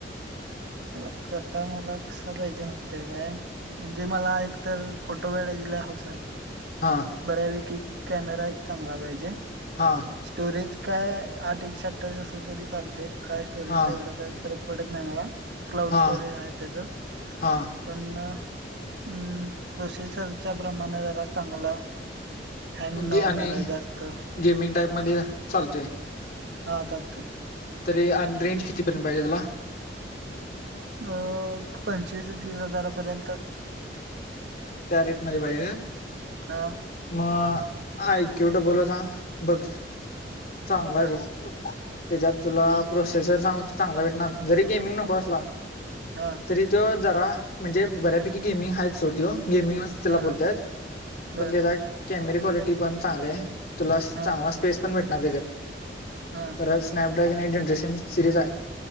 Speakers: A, on the right; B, on the left.
A: बघ आता मला कसा पायजे माहितय काय? म्हणजे मला एकतर, फोटो काढायची लय हौस हाय.
B: हा
A: बऱ्यापैकी कॅमेरा एक चांगला पाहिजे.
B: हा.
A: स्टोरेज काय, आठ एकशेअठ्ठावीस असल तरी चालतय, काय स्टोरेज
B: हा
A: एवढं काय फरक पडत नाही मला. क्लाउड
B: हा
A: स्टोरीज हाय त्याच.
B: हा
A: पण, म प्रोसेसाईच्या प्रमाणं जरा चांगला. हँग
B: म्हणजे
A: न होणार
B: आणि,
A: आहे जास्त
B: गेमिंग टाईपमध्ये चालतोय.
A: हा चालतंय.
B: तरी, आणि रेंज कितीपर्यंत पाहिजे तुला?
A: अं एक पंचवीस ते तीस हजारापर्यंत.
B: त्या रेटमध्ये पाहिजे काय?
A: हा.
B: मग आय क्ये डब्बल होता बघ चांगलाय
A: बर
B: बघ. त्येच्यात तुला प्रोसेसर चांगला भेटणार. जरी गेमिंग नको असला
A: हा.
B: तरी त्यो जरा म्हणजे बऱ्यापैकी गेमिंग हायच सोड त्यो गेमिंग तुला
A: हा
B: बोलतायेत
A: बर
B: पण, त्याचा कॅमेरे क्वालिटी पण चांगलीये. तुला चांगला-
A: हा
B: स्पेस पण भेटणार त्यांच्यात.
A: हा
B: खंर स्नॅपड्रॅगन एक जनरेशन सिरीज आहे.